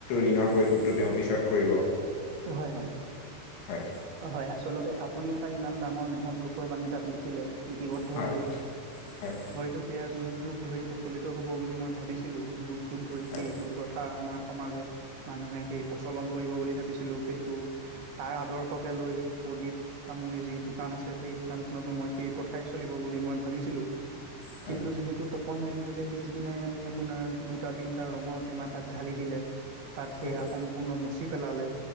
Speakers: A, on the left; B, on the right.
A: ঝণৰ পৰিশোধটো তেওঁ পিছত কৰিব।
B: হয় হয়।
A: হয়
B: হয় আচলতে আপ্‌ আপুনি এটা ইমান ডাঙৰ মহৎ লোকৰ বাণী তাত লিখিলে। লিপিবদ্ধ
A: হয়
B: কৰিলে।
A: হয়
B: হয়তো সেয়া যুগ যুগ ধৰি পচ চলিত হ'ব বুলি মই ভাবিছিলোঁ। যুগ যুগ ধৰি
A: হয়
B: সেইটো প্ৰথা আমাৰ সমাজত মানুহে সেই পচ চলন কৰিব বুলি ভাবিছোঁ। লো সেইটো। তাৰ আদৰ্শকে লৈ প্ৰদীপ তামুলীৰ যি দোকান আছে সেই দোকানখনতো ম মই সেই প্ৰথাই চলিব বুলি মই ভাবিছিলোঁ।
A: হয়
B: কিন্তু যিহেতু তপ্‌ পন বেংগুলীয়ে পিছদিনায়ে আনি আপোনাৰ দুটা তিনিটা ৰঙৰ টেমা তাত ঢালি দিলে তাত সেয়া
A: হয়
B: সম্পূৰ্ণ মচি পেলালে,